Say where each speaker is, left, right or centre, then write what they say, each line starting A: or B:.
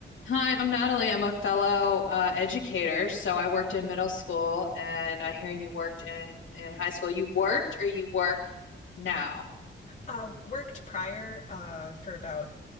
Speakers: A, on the left; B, on the left.
A: Hi, I'm Natalie. I'm a fellow uh, educator, so I worked in middle school, and I hear you worked in in high school. You worked or you work now?
B: Uh, worked prior uh, for about